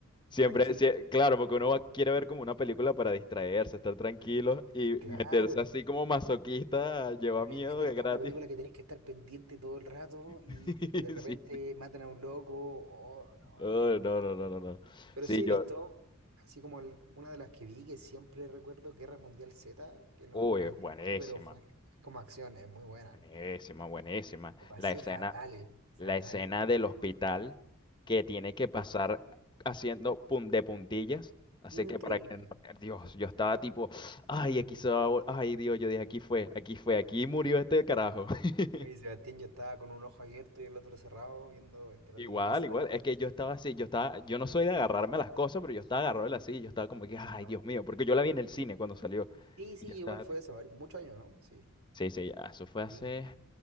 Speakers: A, on the left; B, on the right.
A: Siempre,
B: tranquilo.
A: sie- claro, porque uno va- quiere ver como una película para distraerse, estar tranquilo y
B: Claro.
A: meterse así como masoquista lleva
B: me-
A: miedo
B: meterte
A: de gratis.
B: a una película
A: <laughs>
B: que tenés que estar pendiente todo el rato y,
A: Sí,
B: y que de repente
A: sí.
B: matan a un loco. oh,
A: Oh,
B: no, no, no.
A: no, no, no, no, no.
B: Pero
A: Sí,
B: sí
A: yo.
B: he visto, así como el- una de las que vi, que siempre recuerdo, Guerra Mundial Z, que no,
A: Uy,
B: no he tenido,
A: buenísima.
B: pero fue como acción, es muy buena.
A: Buenísima, buenísima.
B: Lo pasé
A: La escena,
B: fatal, eh, fatal,
A: la escena
B: fatal.
A: del hospital que tiene que pasar haciendo pun- de puntillas. Así
B: Increíble.
A: que para que no- Dios, yo estaba tipo, ay, aquí se va, a vol- ay, Dios, yo dije, aquí fue, aquí fue, aquí murió este carajo. <laughs>
B: Oye, Sebastián, yo estaba con un ojo abierto y el otro cerrado, viendo, esperando
A: Igual,
B: que pasara.
A: igual, es que yo estaba así, yo estaba, yo no soy de agarrarme a las cosas, pero yo estaba agarrado de la silla, yo estaba como que, ay,
B: No,
A: Dios mío,
B: increíble.
A: porque yo la vi en el cine cuando salió.
B: Sí, sí,
A: Y yo estaba,
B: igual fue
A: ti-
B: eso, a ver, muchos años, ¿no? Sí,
A: sí, sí, eso fue hace,
B: sí,